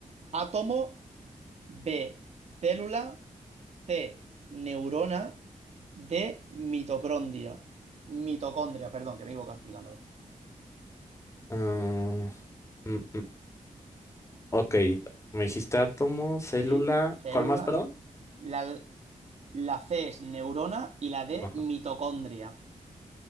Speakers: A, on the right; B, on the left.
A: átomo, B, célula, C, neurona. D, mitocondria. Mitocondria, perdón, que me he equivocado explicándolo.
B: Mm, mm, mm, ok, me dijiste átomo, célula.
A: Sí, célula.
B: ¿Cuál más, perdón?
A: La, la C es neurona y la D,
B: Ajá.
A: mitocondria.